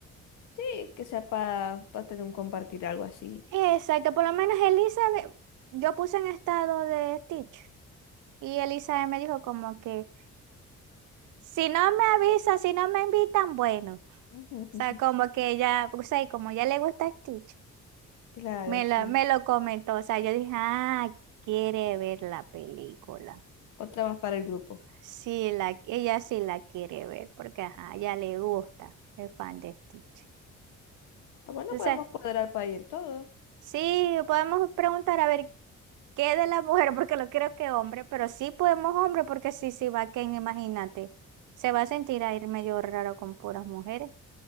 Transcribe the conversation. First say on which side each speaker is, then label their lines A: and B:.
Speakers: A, on the left; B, on the right.
A: Sí, que sea para tener un compartir algo así.
B: Exacto, por lo menos Elizabeth, yo puse en estado de Stitch y Elizabeth me dijo como que Si no me avisan, si no me invitan, bueno.
A: <laughs>
B: O sea, como que ella, o sea, y como ya le gusta Stitch,
A: Claro,
B: me
A: sí.
B: lo, me lo comentó. O sea, yo dije, ah, quiere ver la película.
A: Otra más para el grupo.
B: Sí, la, ella sí la quiere ver, porque ajá, ya le gusta, es fan de Stitch.
A: Ah, bueno,
B: Entonces,
A: podemos cuadrar para ir todos.
B: sí, podemos preguntar a ver qué de la mujer, porque no creo que hombre, pero sí podemos hombre, porque sí, sí va Ken, imagínate. Se va a sentir a ir medio raro con puras mujeres.